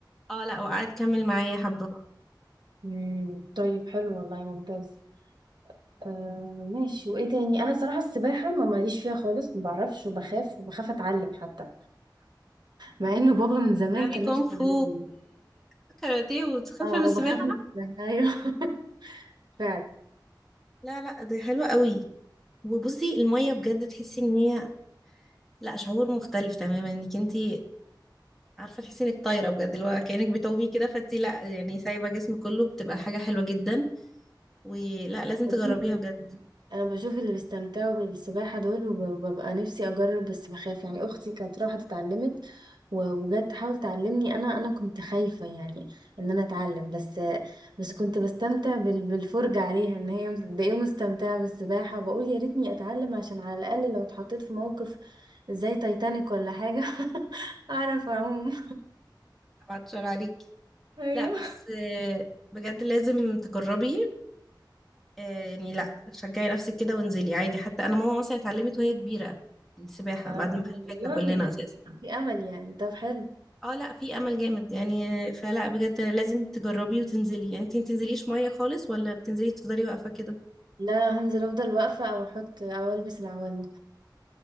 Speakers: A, in the centre; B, on the right.
A: اه لا وقعدت كمل معايا حبة بقى
B: امم طيب حلو والله ممتاز آه ماشي وايه تاني انا صراحة السباحة ما ماليش فيها خالص ما بعرفش وبخاف وبخاف اتعلم حتى مع انه بابا من زمان
A: بتلعبي
B: كان
A: كونغ
B: نفسه يعلمني
A: فو وكاراتيه وتخلفي
B: اه
A: من السباحة
B: بخاف من السباحة. ايوه <laughs> فعلا
A: لا لا دي حلوة قوي وبصي المية بجد تحسي ان هي لا شعور مختلف تماما انك انتي عارفة تحسي انك طايرة بجد اللي هو كأنك بتومي كده فانتي لا يعني سايبة جسمك كله بتبقى حاجة حلوة جدا ولا لازم تجربيها
B: بشوف
A: بجد
B: انا بشوف اللي بيستمتعوا بالسباحة دول وببقى نفسي اجرب بس بخاف يعني اختي كانت راحت اتعلمت و- وجت تحاول تعلمني انا انا كنت خايفة يعني ان انا اتعلم بس بس كنت بستمتع بال- بالفرجة عليها ان هي قد ايه مستمتعة بالسباحة وبقول يا ريتني اتعلم عشان على الاقل لو اتحطيت في موقف زي تايتانيك ولا حاجة <laughs> اعرف اعوم
A: هبعت شعر عليك
B: ايوه
A: لا بس آه، بجد لازم تجربي آه، يعني لا شجعي نفسك كده وانزلي عادي حتى انا ماما مثلا اتعلمت وهي كبيره السباحه
B: اه
A: بعد ما
B: والله
A: خلفتنا كلنا
B: يعني
A: اساسا
B: في امل يعني طب حلو
A: اه لا في امل جامد يعني آه، فلا بجد لازم تجربي وتنزلي يعني انت ما بتنزليش ميه خالص ولا بتنزلي تفضلي واقفه كده
B: لا هنزل افضل واقفه او احط او البس العوامه